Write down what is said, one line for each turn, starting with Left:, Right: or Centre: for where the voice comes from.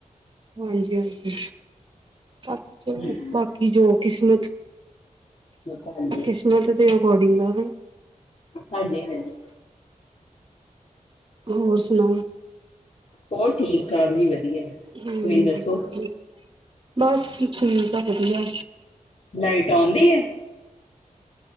Right: ਹਾਂਜੀ-ਹਾਂਜੀ, ਬਾਕੀ ਚਲੋ
Left: ਹੂੰ
Right: ਬਾਕੀ ਜੋ ਕਿਸਮਤ।
Left: ਹਾਂਜੀ
Right: ਕਿਸਮਤ ਦੇ ਅਕੋਰਡਿੰਗ ਆਤੇ।
Left: ਹਾਂਜੀ-ਹਾਂਜੀ।
Right: ਹੋਰ ਸੁਣਾਓ।
Left: ਹੋਰ ਠੀਕ-ਠਾਕ ਜੀ ਵਧੀਆ। ਤੁਸੀਂ
Right: ਹੂੰ
Left: ਦੱਸੋ
Right: ਬਸ ਠੀਕ ਆ ਵਧੀਆ।
Left: ਲਾਈਟ ਆਉਂਦੀ ਏ।